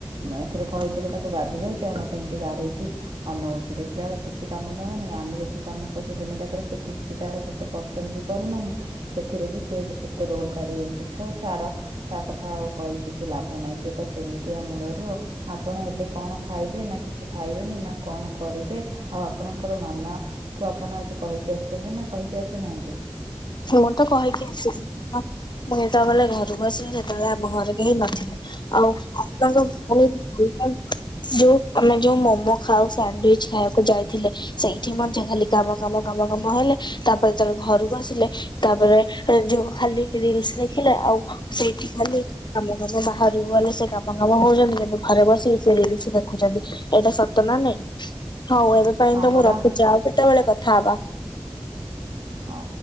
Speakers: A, on the right (about 65°); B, on the left (about 55°).
A: ଏଥିରେ କହିଦେଲେ ତାକୁ ବାଧ ଯାଉଛି ଆଉ ମତେ ଏମିତି ଗାଢେଇକି ଅନଉଛି ଦେଖିଲା ବଳୁ କିଛି କାମ ଁ ଆମେ ଯେତିକି କାମ କରୁଛୁ ଦିନ ଯାକରେ ସେ କିଛି ତାର ଗୋଟେ ପରସେଣ୍ଟ ବି କରୁନାହିଁ ସେଥିରେ ବି ଏତେ ରୋଲ କାଢି ହଉଛି ଛୋ ଛାଡ ତା କଥା ଆଉ କହି କିଛି ଲାଭ ନାହିଁ ସ ତ ସେମିତି ଆ। ଆପଣ ଏବେ କଣ ଖାଇବେ ନା କିଛି ଖାଇବେନି ନା କଣ କରିବେ ଆଉ ଆପଣଙ୍କର ମାମା କୁ ଆପଣ ଆଜି କହିକି ଆସିଛନ୍ତି ନା କହିକି ଆସିନାହାନ୍ତି?
B: ମୁଁ ତ କହିକି ଆସିି ମୁଁ ଯେତେବେଳେ ଘରକୁ ଆସିଲି ସେତେବେଳେ ଆମ ଘରେ କେହି ନଥିଲେ ଆଉ ଆପ ଘ ଯୋଉ ଆମେ ଯୋଉ ମୋମୋ ଖାଉ ସାଣ୍ଡିଚ ଖାଇବାକୁ ଯାଇ ଥିଲେ ସେଇଠି ମଧ୍ୟ ଖାଲି କାମ କାମ କାମ କାମ ହେଲେ ତାପରେ ତବେଳେ ଘରକୁ ଆସିଲେ ତାପରେ ଯୋଉ ଖାଲି ରିଲସ ଦେଖିଲେ ଆଉ ସେଇଠି ଖାଲି ଆମ ମ ବା ଗଲେ ସେ କାମ କାମ ହଉଛନ୍ତି କିନ୍ତୁ ଘରେ ବସିକି ସେ ରିଲସ ଦେଖୁଛନ୍ତି ଏଇଟା ସତ ନା ନାଇଁ? ହଉ ଏବେ ପାଇଁ
A: ହଁ
B: ତ ମୁଁ
A: ପରା
B: ରଖୁଛି ଆଉ କେତେବେଳେ କଥା ହବା।
A: ହଁ।